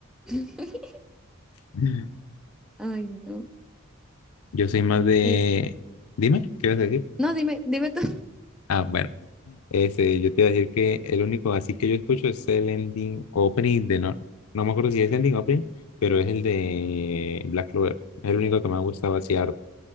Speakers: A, in the centre; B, on the left.
A: <laughs>
B: <laughs>
A: Ay, no.
B: Yo soy más de...
A: Es...
B: Dime, ¿qué vas a decir?
A: No, dime, dime tú.
B: Ah, bueno. Ese, yo te iba a decir que el único así que yo escucho es el ending opening de... No, no me acuerdo si es ending opening, pero es el de Black Clover. Es el único que me ha gustado así harto,